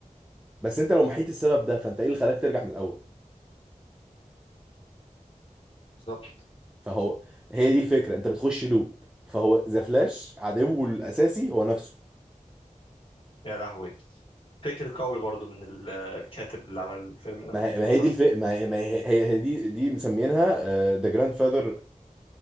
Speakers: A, in the centre; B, on the left.
A: بس انت لو محيت السبب ده فانت ايه اللي خلاك ترجع من الاول؟
B: بالظبط
A: فهو هي دي الفكرة انت بتخش لوب فهو ذا فلاش عدوه الاساسي هو نفسه
B: يا لهوي فكر قوي برضو من ال- الكاتب اللي عمل الفيلم
A: ما
B: ده
A: هي ما
B: المسلسل
A: هي دي الف... ما
B: ده
A: هي ما هي هي هي دي دي مسمينها ذا جراند فاذر